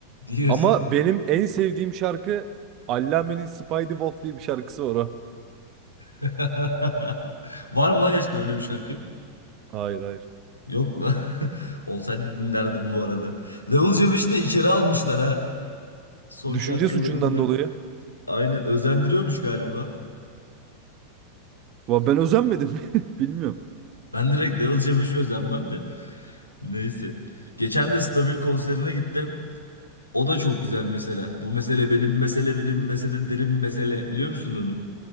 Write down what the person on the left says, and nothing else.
diyorsun.
<laughs> Var mı lan gerçekten öyle bir şarkı?
Yok mu? <laughs> Olsaydı dinlerdim bu arada. Level C5'i de içeri almışlar ha. Son
şarkılarında.
Aynen özendiriyormuş galiba.
Ben direkt Level C5'i özenmem de. Neyse. Geçen de Stabil konserine gittim. O da çok güzel mesela. Bu mesele benim mesele bilim mesele derin mesele. Biliyor musun onu?